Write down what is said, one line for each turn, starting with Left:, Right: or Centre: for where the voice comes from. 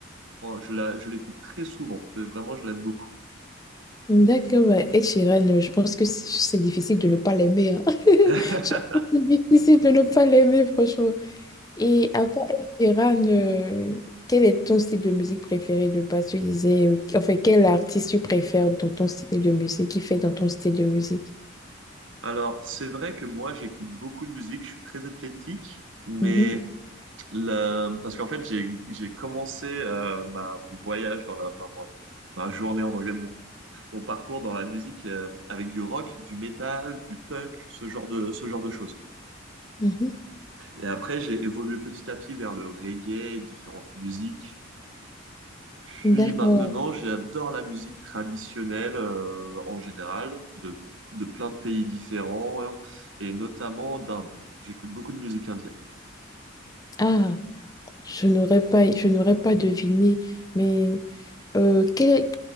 Right: Fran- Je la, je l'écoute très souvent. Euh, Vraiment, je l'aime beaucoup.
Left: D'accord, bah, Ed Sheeran, euh, je pense que c'est c'est difficile de ne pas l'aimer. hein. <laughs>
Right: <laughs>
Left: Je pense que c'est difficile de ne pas l'aimer, franchement. Et à part Ed Sheeran, euh, quel est ton style de musique préféré de base? Tu disais, euh, enfin, quel artiste tu préfères dans ton style de musique, qui fait dans ton style de musique?
Right: Alors, c'est vrai que moi, j'écoute beaucoup de musique. Je suis très athlétique. Mais
Left: Mhm,
Right: la- parce qu'en fait, j'ai, j'ai commencé euh, ma, mon voyage dans la, enfin, mon- ma, journée en anglais, mon, mon parcours dans la musique euh, avec du rock, du métal, du punk, ce genre de, ce genre de choses.
Left: mhm.
Right: Et après, j'ai évolué petit à petit vers le reggae, différentes musiques. Puis
Left: D'accord.
Right: maintenant, j'adore la musique traditionnelle euh, en général, de, de plein de pays différents, hein, et notamment d'Inde. J'écoute beaucoup de musique indienne.
Left: Ah. Je n'aurais pas, je n'aurais pas deviné, mais euh, quelle,